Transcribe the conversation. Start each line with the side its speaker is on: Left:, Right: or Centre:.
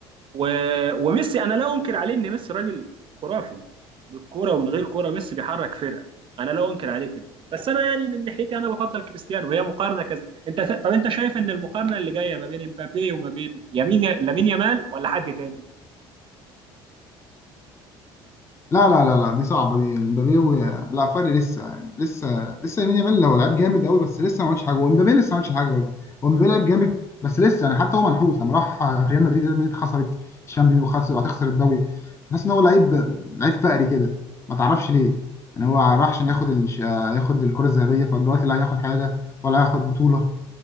Right: و- وميسي انا لا انكر عليه ان ميسي راجل خرافي بالكوره ومن غير كوره ميسي بيحرك فرقه انا لا انكر عليه كده بس انا يعني من ناحيتي انا بفضل كريستيانو وهي مقارنه كذا انت طب انت شايف ان المقارنه اللي جايه ما بين امبابي وما بين يمين لامين يامال ولا حد تاني
Left: لا لا لا لا دي صعبه دي مبابي و... لا فرق لسه يعني لسه لسه يمين يامال هو لعيب جامد قوي بس لسه ما عملش حاجه ومبابي لسه ما عملش حاجه برضه هو مبابي لعيب جامد بس لسه يعني حتى هو منحوس لما راح ريال مدريد ريال مدريد خسرت الشامبيونز وخسر وهتخسر الدوري تحس ان هو لعيب لعيب فقري كده ما تعرفش ليه يعني هو راح عشان ياخد الش... ياخد الكره الذهبيه فدلوقتي لا هياخد حاجه ولا هياخد بطوله